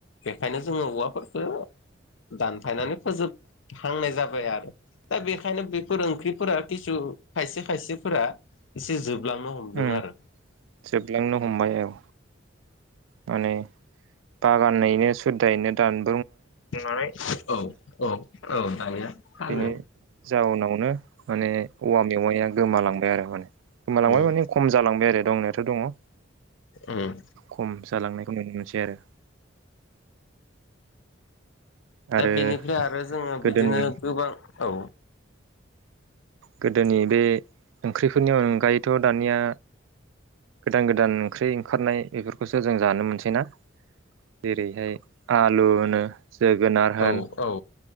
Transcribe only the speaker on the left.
बेखायनो जोङो औवाफोरखो दानफायनानै फोजोबहांनाय जाबाय आरो दा बेखायनो बे फोर ओंख्रिफोरा खिसु खायसे खायसेफोरा एसे जोबलांनो हमदों
आरो‌।
<unintelligible> औ औ औ दानिया माहोनो
उम
उम
दा बेनिफ्राय आरो जोङो
बिदिनो गोबां औ।
औ औ